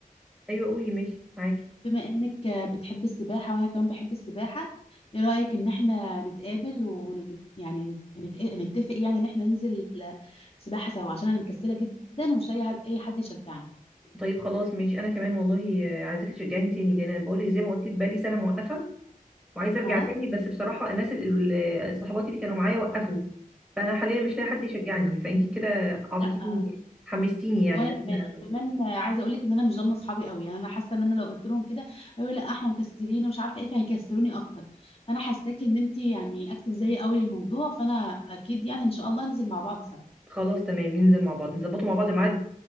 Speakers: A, in the centre; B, on the left.
A: ايوه قولي ماشي معاكي
B: بما انك بتحب السباحة وانا كمان بحب السباحة ايه رأيك ان احنا نتقابل ونت... يعني نت... نتفق يعني ان احنا ننزل سباحة سوا عشان انا مكسلة جدا ومش لاقي حد- اي حد يشجعني
A: طيب خلاص ماشي انا كمان والله آه، عايزاكي تشجعني تاني لان انا بقول لك زي ما قلت لك بقالي سنه موقفه وعايزه ارجع
B: اه
A: تاني بس بصراحه الناس ال- ال- صحباتي اللي كانوا معايا وقفوا فانا حاليا مش لاقي حد يشجعني فانتي كده اعطيتيني
B: لا
A: حمستيني يعني
B: وانا
A: إن
B: كمان
A: إحنا
B: انا كمان عايزه اقول لك ان انا مش ضامنه اصحابي قوي يعني انا حاسه ان انا لو قلت لهم كده هيقولوا لا احنا مكسلين ومش عارفه ايه فهيكسلوني اكتر فانا حاساكي ان انت يعني اكتف زيي قوي للموضوع فانا اكيد يعني ان شاء الله ننزل مع بعض سوا
A: خلاص تمام ننزل مع بعض نظبطه مع بعض ميعاد